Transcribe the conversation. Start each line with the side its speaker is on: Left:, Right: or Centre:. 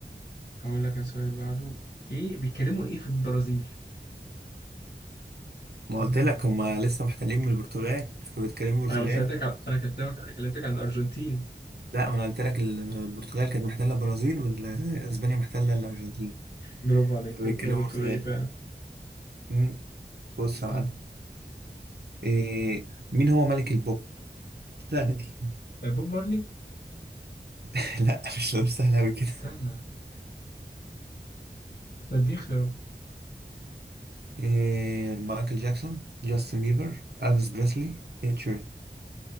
Left: هقول لك على سؤال بعده ايه بيتكلموا ايه في البرازيل
Right: ما قلت لك هما لسه محتلين من البرتغال فبيتكلموا برتغالي
Left: انا قلت لك على... انا كلمتك كلمتك عن الارجنتين
Right: لا ما انا قلت لك ال- البرتغال كانت محتله البرازيل واسبانيا محتله الارجنتين
Left: برافو عليك
Right: فبيتكلموا
Left: يمكن برتغالي
Right: برتغالي
Left: فعلا
Right: أمم، بص
Left: صح
Right: يا معلم إيه مين هو ملك البوب سهلة دي
Left: آه، بوب مارلي
Right: <laughs> لا مش مش سهلة أوي كده
Left: استنى ده اديني خيارات
Right: إيه مايكل جاكسون جاستن بيبر ألفيس بريسلي إتشيرن